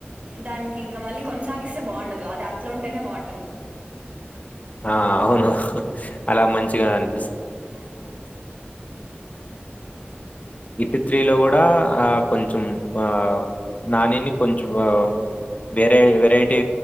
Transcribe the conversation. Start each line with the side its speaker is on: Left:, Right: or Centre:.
Right: దానికి ఇంకా మళ్ళీ కొనసాగిస్తే బాగుండదు అది అట్లు ఉంటేనే బాగుంటుంది
Left: ఆ అవును అలా మంచిగాని
Right: ఇలా కా <inaudible>
Left: హిట్ త్రీలో కూడా ఆ కొంచెం ఆ నానిని కొంచెం వెరై వెరైటీ